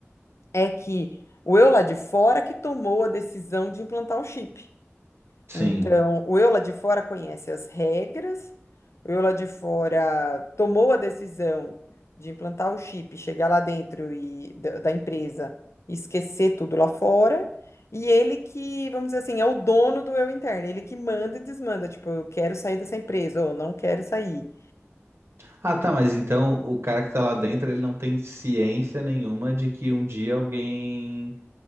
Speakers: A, on the left; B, on the right.
A: é que o eu lá de fora que tomou a decisão de implantar o chip.
B: sim.
A: Então, o eu lá de fora conhece as regras, o eu lá de fora tomou a decisão de implantar o chip, chegar lá dentro e da, da empresa e esquecer tudo lá fora, e ele que, vamos dizer assim, é o dono do eu interno, ele que manda e desmanda, tipo, eu quero sair dessa empresa ou não quero sair.
B: Ah, tá, mas então o cara que tá lá dentro, ele não tem ciência nenhuma de que um dia alguém